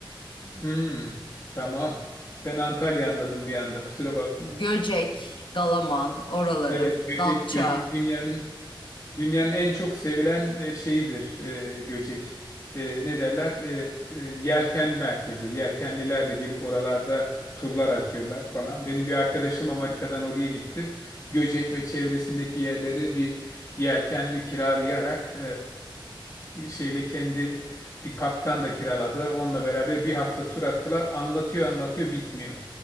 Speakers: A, on the left; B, on the left.
A: Hmm, tamam. Ben Antalya anladım bir anda. Kusura bakma.
B: Göcek, Dalaman, oraları,
A: Evet, göcek
B: Datça.
A: göcek dünyanın dünyanın en çok sevilen e, şeyidir e, göcek. E, ne derler? E, e, yelken merkezi. Yelkenlilerle gelip oralarda turlar atıyorlar falan. Benim bir arkadaşım Amerika'dan oraya gitti. Göcek ve çevresindeki yerleri bir yelkenli kiralayarak e, şeyle kendi bir kaptan da kiraladılar. Onunla beraber bir hafta tur attılar. Anlatıyor anlatıyor bitmiyor.